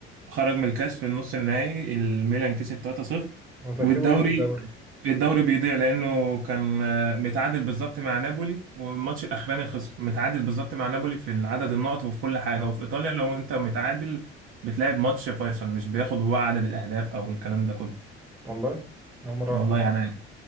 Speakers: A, on the right (about 40°); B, in the centre.
A: خرج من الكاس في النص النهائي الميلان كسب 3-0
B: هو ترتيبه
A: والدوري
B: ايه في الدوري
A: الدوري بيضيع لانه كان آه، متعادل بالظبط مع نابولي والماتش الاخراني خسر متعادل بالظبط مع نابولي في عدد النقط وفي كل حاجه
B: اه
A: وفي ايطاليا لو انت متعادل بتلعب ماتش فيصل مش بياخد هو عدد الاهداف او الكلام ده كله
B: والله أنا اول مره اعرف
A: والله
B: الموضوع
A: يعني عادي